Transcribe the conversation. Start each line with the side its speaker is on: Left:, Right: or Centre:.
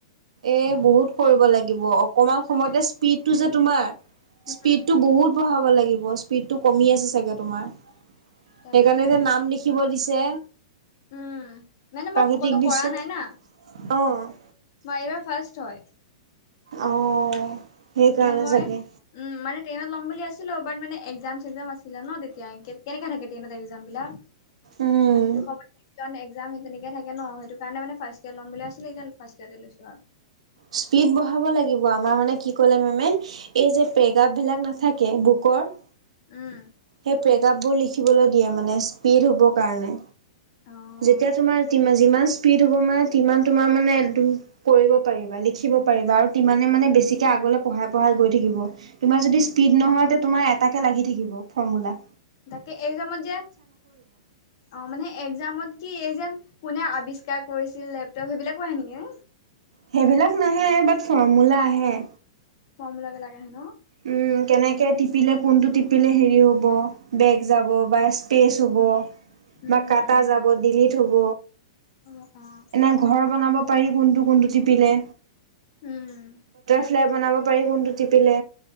Right: এ বহুত কৰিব লাগিব অকমান সময়তে স্পীডতটো যে তোমাৰ স্পীডটো
Left: উম।
Right: বহুত বঢ়াব লাগিব স্পীডটো কমি আছে চাগে তোমাৰ। সেইকাৰণে
Left: তাকেহে।
Right: যে নাম লিখিব দিছে।
Left: উম, মানে
Right: প্ৰাকৃতিক
Left: মই ক'তো
Right: দৃশ্য
Left: কৰা নাই না।
Right: অ'।
Left: মই এইবাৰ ফাৰ্ষ্ট হয়।
Right: অ'। সেইকাৰণে
Left: মানে মই
Right: চাগে।
Left: উম' মানে টেইনত ল'ম বুলি আছিলোঁ, বাট মানে এক্সাম চেকজাম আছিলে ন তেতিয়া কেনেকে থাকে টেইনতে এক্সাম বিলাক?
Right: উম।
Left: অ' সেইটো সময় তই এক্স এক্সাম তেনেকে থাকে ন সেইটো কাৰনে মানে ফাৰ্ষ্ট য়াৰ ল'ম বুলি আছিলোঁ, এতিয়া ফাষ্ট য়াৰতে লৈছোঁ আৰু।
Right: স্পীড বঢ়াব লাগিব, আমাৰ মানে কি ক'লে মেমে এই যে পেগাপ বিলাক নাথাকে বুকৰ
Left: উম'
Right: সেই পেগাপবোৰ লিখিবলৈ দিয়ে মানে স্পীড হ'বৰ কাৰণে।
Left: অ',
Right: যেতিয়া তোমাৰ টিমৰ যিমান স্পীড হ'ব মানে যিমান তোমাৰ মানে কৰিব পাৰিবা, লিখিব পাৰিবা আৰু সিমানে মানে বেছিকে আগলে পঢ়াই-পঢ়াই গৈ থাকিব। তোমাৰ যদি স্পীড নহয় তে তোমাৰ এটাকে লাগি থাকিব ফৰ্মোলা।
Left: তাকে এক্জামত যে অ' মানে এক্জামত কি এই যে কোনে আৱিষ্কাৰ কৰিছিল লেপটপ সেইবিলাকো আহে নেকি? উম'
Right: সেইবিলাক নাহে বাট ফৰ্মোলা আহে।
Left: ফ্ৰম বিলাক লাগে হেনো
Right: উম' কেনেকে টিপিলে, কোনটো টিপিলে হেৰি হ'ব বেগ যাব বা স্পেচ হ'ব
Left: উম,
Right: বা কাটা
Left: উম।
Right: যাব, ডিলীট হ'ব।
Left: অ', অ',
Right: এনে ঘৰ বনাব পাৰি কোনটো-কোনটো টিপিলে।
Left: উম'
Right: ঘৰ বনাৱ পাৰি কোনটো টিপিলে,